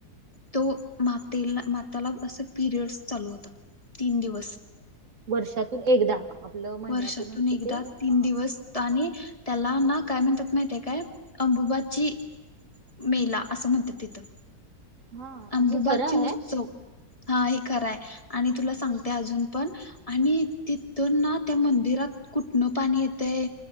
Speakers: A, on the left (about 20°); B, on the right (about 55°).
A: तो, मातेला, माताला असं पिरियडस चालू होतत, तीन दिवस
B: वर्षातून एकदा आपलं महिन्यातून
A: वर्षातून
B: असतं
A: एकदा,
B: ते
A: तीन
B: हा
A: दिवस आणि त्याला ना काय म्हणतात माहिती काय, अंबुबाची मेला, असं म्हणतात तिथं.
B: हा
A: अंबुबाची
B: हे खरं आहे
A: उत्सव हा हे खरां हाय आणि तुला सांगते अजून पण आणि, तिथं ना त्या मंदिरात कुठणं पाणी येतय